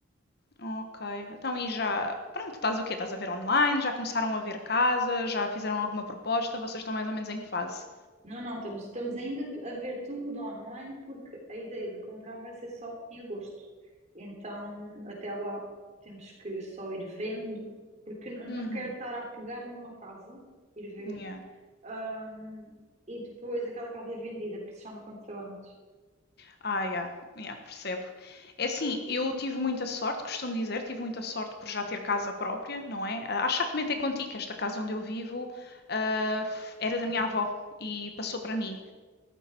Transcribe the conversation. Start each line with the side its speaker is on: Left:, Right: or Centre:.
Left: ok. Então, e já. Pronto, estás o quê? Estás a ver online? Já começaram a ver casas? Já fizeram alguma proposta? Vocês estão mais ou menos em que fase?
Right: Não, não, estamos, estamos ainda a ver tudo online porque a ideia de comprar vai ser só em agosto. Então, até lá temos que só ir vendo, porque n-
Left: Uhum.
Right: não quero estar a pegar-me a uma casa, ir ver,
Left: Yeah.
Right: ahm, e depois aquela casa é vendida, porque isso já me aconteceu antes.
Left: Ah, yeah. Yeah, percebo. É assim, eu tive muita sorte, costumo dizer, tive muita sorte por já ter casa própria, não é? Ah, Acho que já comentei contigo que esta casa onde eu vivo ah, f- era da
Right: Uhum,
Left: minha avó e passou para mim.